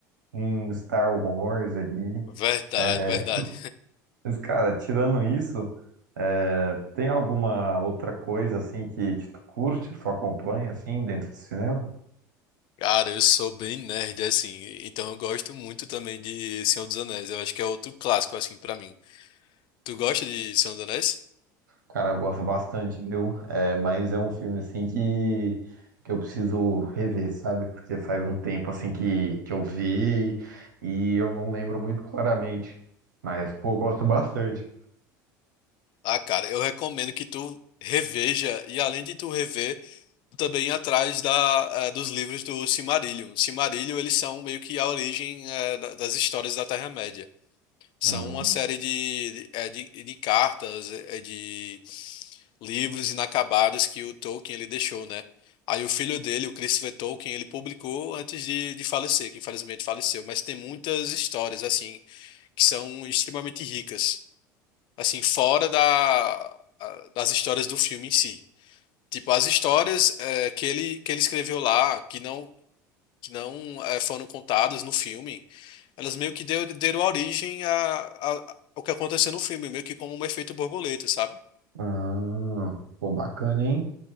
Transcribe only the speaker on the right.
em Star Wars ali.
É,
Mas, cara, tirando isso, é, tem alguma outra coisa assim que, que tu curte, que tu acompanha assim dentro do cinema?
Cara, eu gosto bastante, viu? É, mas é um filme assim que, que eu preciso rever, sabe? Porque faz um tempo assim que, que eu vi e eu não lembro muito claramente. Mas, pô, eu gosto bastante.
Hum.
Ah, pô, bacana, hein?